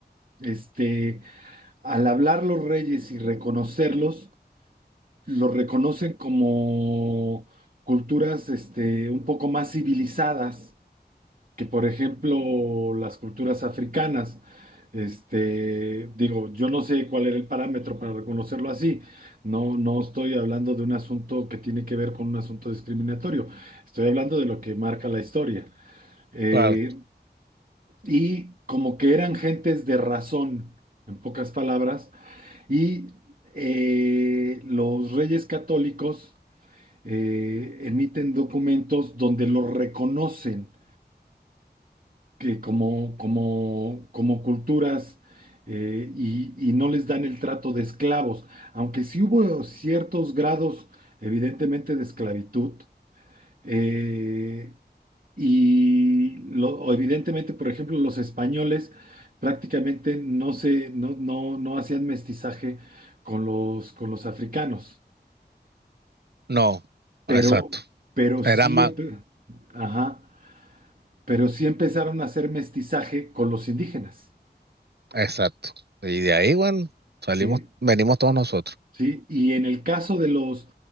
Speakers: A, on the right (about 55°); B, on the right (about 70°).
A: este, al hablar los reyes y reconocerlos, los reconocen como culturas este, un poco más civilizadas que por ejemplo las culturas africanas, este, digo, yo no sé cuál era el parámetro para reconocerlo así, no, no estoy hablando de un asunto que tiene que ver con un asunto discriminatorio, estoy hablando de lo que marca la historia. Eh,
B: claro.
A: y como que eran gentes de razón, en pocas palabras, y eh, los reyes católicos eh, emiten documentos donde los reconocen que como, como, como culturas eh, y, y no les dan el trato de esclavos, aunque sí hubo ciertos grados, evidentemente, de esclavitud, eh, y lo- o evidentemente, por ejemplo, los españoles prácticamente no se, no, no, no hacían mestizaje con los, con los africanos,
B: No,
A: pero,
B: exacto.
A: pero
B: Era
A: sí,
B: más,
A: empe- ajá, pero sí empezaron a hacer mestizaje con los indígenas.
B: exacto. Y de ahí, bueno, salimos,
A: ¿sí?
B: venimos todos nosotros.
A: ¿sí? Y en el caso de los,